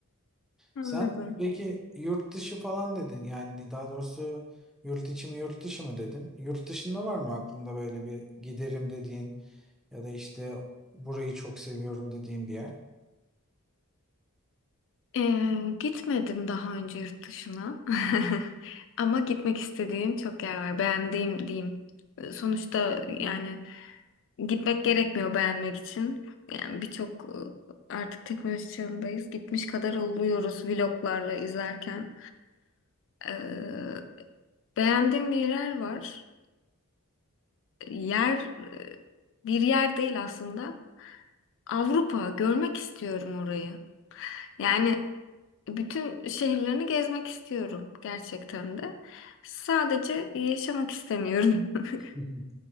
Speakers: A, on the left; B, in the centre.
A: Anladım.
B: Sen peki yurt dışı falan dedin yani daha doğrusu yurt içi mi yurt dışı mı dedin? Yurt dışında var mı aklında böyle bir giderim dediğin ya da işte burayı çok seviyorum dediğin bir yer?
A: Ee, gitmedim daha önce yurt dışına. <laughs> Ama gitmek istediğim çok yer var. Beğendiğim diyeyim. Sonuçta yani gitmek gerekmiyor beğenmek için. Yani birçok e, artık teknoloji çağındayız. Gitmiş kadar oluyoruz vloglarla izlerken. Ee, beğendiğim bir yer var. Yer e, bir yer değil aslında. Avrupa görmek istiyorum orayı. Yani bütün şehirlerini gezmek istiyorum gerçekten de. Sadece yaşamak istemiyorum. <laughs>
B: <laughs>